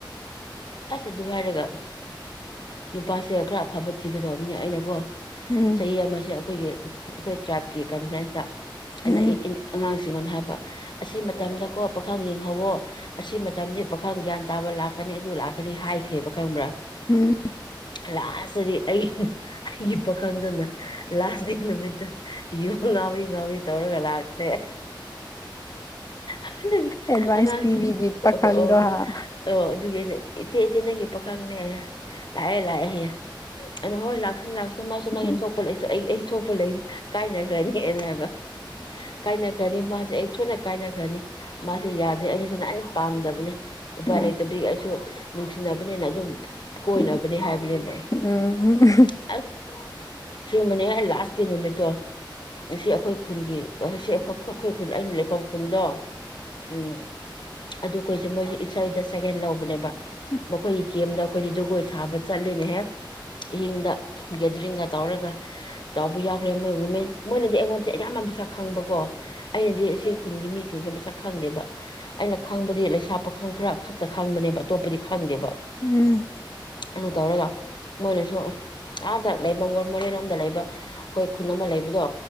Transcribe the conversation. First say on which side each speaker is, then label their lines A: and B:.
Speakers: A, on the left; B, on the left.
A: ꯑꯁ ꯑꯗꯨ ꯍꯥꯏꯔꯒ ꯅꯨꯄꯥꯁꯦ ꯈꯔ ꯑꯐꯕ ꯊꯤꯒꯗꯧꯕꯅꯦ ꯑꯩꯅꯀꯣ
B: ꯎꯝ
A: ꯆꯍꯤ ꯑꯃꯁꯦ ꯑꯩꯈꯣꯏꯒꯤ ꯑꯩꯈꯣꯏ ꯇ꯭ꯔꯥꯏꯞꯀꯤ ꯀꯟꯐ꯭ꯔꯦꯟꯁꯇ ꯑꯩꯅ
B: ꯎꯝ
A: ꯏ ꯏꯟ ꯑꯉꯥꯡꯁꯤꯡꯉ‌ꯣꯅ ꯍꯥꯏꯕ ꯑꯁꯤ ꯃꯇꯝꯗꯀꯣ ꯄꯥꯈꯪ ꯌꯦꯡꯍꯧꯋꯣ ꯑꯁꯤ ꯃꯇꯝꯗꯤ ꯄꯥꯈꯪ ꯒ꯭ꯌꯥꯟ ꯇꯥꯕ ꯂꯥꯛꯀꯅꯤ ꯑꯗꯨ ꯂꯥꯛ ꯀꯅꯤ ꯍꯥꯏꯈ꯭ꯔꯦꯕ ꯈꯪꯕ꯭ꯔꯥ
B: ꯎꯝ
A: ꯂꯥꯁꯇꯗꯤ ꯑꯩ ꯑꯩ ꯄꯥꯈꯪꯗꯨꯅꯥ ꯂꯥꯁ ꯗ‌ꯦ ꯅꯨꯃꯤꯠꯇ ꯌꯨ ꯉꯥꯎꯔꯤ ꯉꯥꯎꯔꯤ ꯇꯧꯔꯒ ꯂꯥꯛꯈ꯭ꯔ‌ꯦ ꯑꯗꯨꯒꯤ
B: ꯑꯦꯗꯚꯥꯏꯁ
A: ꯑꯉꯥꯡꯁꯤꯡ
B: ꯄꯤꯕꯤꯒꯤ ꯄꯥꯈꯪꯗꯣ
A: ꯑꯣ ꯑꯣ ꯑꯣ
B: ꯍꯥ
A: ꯑꯣ ꯑꯗꯨꯒꯤ ꯑꯩꯅ ꯏꯆꯦ ꯏꯆ‌ꯦ ꯅꯪꯒꯤ ꯄꯥꯈꯪꯅꯦ ꯂꯥꯛꯑꯦ ꯂꯥꯛꯑꯦꯍꯦꯌ‌ꯦ ꯑꯩꯅ ꯍꯣꯏ ꯂꯥꯛꯁꯨꯟ ꯂꯥꯛꯁꯨꯟ ꯁꯨ ꯃꯥꯁꯨ ꯃꯥꯒꯤ
B: ꯎꯝ
A: ꯊꯣꯛꯄ ꯂꯩꯁꯨ ꯑꯩ ꯑꯩ ꯊꯣꯛꯄ ꯂꯩ ꯀꯥꯏꯅꯈ꯭ꯔꯅꯤ ꯑꯦꯅ ꯍꯥꯏꯕ ꯀꯥꯏꯅꯈ꯭ꯔꯅꯤ ꯃꯥꯁꯦ ꯑꯩ ꯊꯨꯅ ꯀꯥꯏꯅꯈ꯭ꯔꯅꯤ ꯃꯥꯁ‌ꯦ ꯌꯥꯗ꯭ꯔꯦ ꯑꯩꯅꯁꯨ ꯅꯍꯥꯟ ꯄꯥꯝꯗꯕꯅ‌ꯦ ꯎꯄꯥꯏ
B: ꯎꯝ
A: ꯂꯩꯇꯕꯒꯤ ꯑꯩꯁꯨ ꯅꯨꯡꯁꯤꯅꯕꯅꯤꯅ ꯑꯗꯨꯝ ꯀꯣꯏꯅꯕꯅꯦ
B: ꯎꯝ
A: ꯍꯥꯏꯕꯅꯦꯕ
B: ꯎꯝ ꯎꯝ ꯎꯝ
A: <unintelligible> ꯑꯁ ꯁꯤꯃꯅ‌ꯦ ꯍꯥꯏ ꯂꯥꯁ ꯗ‌ꯦ ꯅꯨꯃꯤꯠꯇꯣ ꯑꯁꯤ ꯑꯩꯈꯣꯏ ꯈꯨꯜꯒꯤ ꯑꯁꯤ ꯑꯩꯈꯣꯏ ꯈꯨꯜ ꯑꯩꯅ ꯂꯩꯐꯝ ꯈꯨꯜꯗꯣ ꯎꯝ ꯑꯗꯨ ꯑꯩꯈꯣꯏꯁꯦ ꯃꯣꯏꯁꯦ ꯏꯁꯩꯗ ꯁꯦꯀꯦꯟ ꯂꯧꯕꯅꯦꯕ
B: ꯎꯝ
A: ꯃꯈꯣꯏ ꯀꯦꯝꯗ ꯑꯩꯈꯣꯏꯗꯤ ꯖꯒꯣꯏ ꯁꯥꯕ ꯆꯠꯂꯦꯅꯦꯍꯦ ꯏꯍꯤꯡꯗ ꯒꯦꯗꯔꯤꯡꯒ ꯇꯧꯔꯒ ꯇꯧꯕ ꯌꯥꯎꯈ꯭ꯔꯦ ꯃꯣꯏ ꯋꯨꯃꯦꯟ ꯃꯣꯏꯅꯗꯤ ꯑꯩꯉꯣꯟꯁꯦ ꯑꯌꯥꯝꯕ ꯃꯁꯛ ꯈꯪꯕꯀꯣ ꯑꯩꯅꯗꯤ ꯑꯁꯤ ꯈꯨꯟꯒꯤ ꯃꯤꯁꯤꯡꯁꯦ ꯃꯁꯛ ꯈꯪꯗꯦꯕ ꯑꯩꯅ ꯈꯪꯕꯗꯤ ꯂꯩꯁꯥ ꯄꯥ ꯄꯥꯈꯪ ꯈꯔ ꯈꯛꯇ ꯈꯪꯕꯅꯦꯕ ꯑꯇꯣꯞꯄꯗꯤ ꯈꯪꯗꯦꯕ
B: ꯎꯝ
A: ꯑꯗꯨ ꯇꯧꯔꯒ ꯃꯣꯏꯅꯁꯨ ꯑꯥꯗ ꯂꯩꯕ ꯃꯣꯔꯦꯔꯣꯝꯗ ꯂꯩꯕ ꯑꯩꯈꯣꯏ ꯈꯨꯟ ꯑꯃ ꯂꯩꯕꯗꯣ